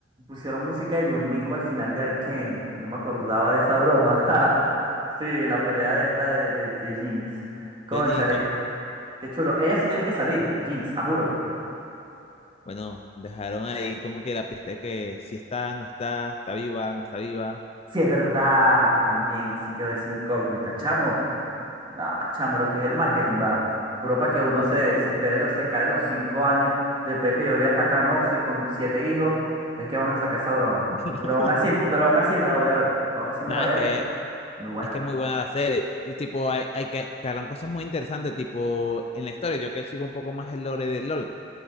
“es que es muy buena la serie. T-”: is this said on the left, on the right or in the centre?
Left